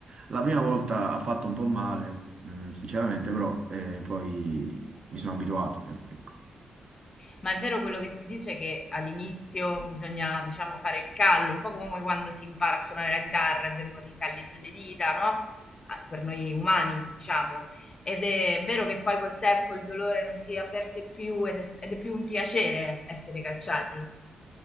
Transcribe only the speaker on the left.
Ma è vero quello che si dice che all'inizio bisogna, diciamo, fare il callo, un po' come quando si impara a suonare la chitarra e vengono i calli sulle dita, no? Ah, Per noi umani, diciamo. Ed è vero che poi col tempo il dolore non si avverte più ed è, ed è più un piacere essere calciati.